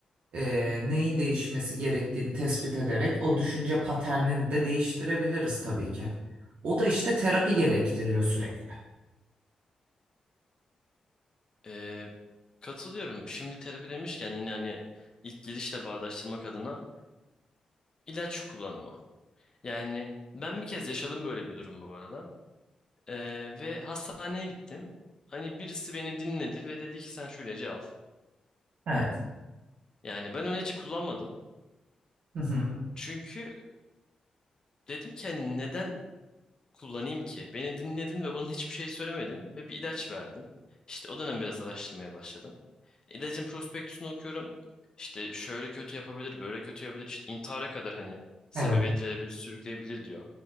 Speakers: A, on the right (about 80°); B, on the left (about 30°).
A: e, neyin değişmesi gerektiğini tespit ederek o düşünce paternini de değiştirebiliriz tabii ki. O da işte terapi gerektiriyor sürekli.
B: Ee, katılıyorum. Şimdi terapi demişken yine hani ilk girişle bağdaştırmak adına ilaç kullanımı. Yani ben bir kez yaşadım böyle bir durum bu arada. Ee, ve hastaneye gittim. Hani birisi beni dinledi ve dedi ki sen şu ilacı al.
A: Evet.
B: Yani ben o ilacı kullanmadım.
A: Hı hı.
B: Çünkü dedim ki hani neden kullanayım ki? Beni dinledin ve bana hiçbir şey söylemedin ve bir ilaç verdin. İşte o dönem biraz araştırmaya başladım. İlacın prospektüsünü okuyorum. İşte şöyle kötü yapabilir, böyle kötü yapabilir. İşte intihara kadar hani sebebiyet
A: Evet.
B: verebilir, sürükleyebilir diyor.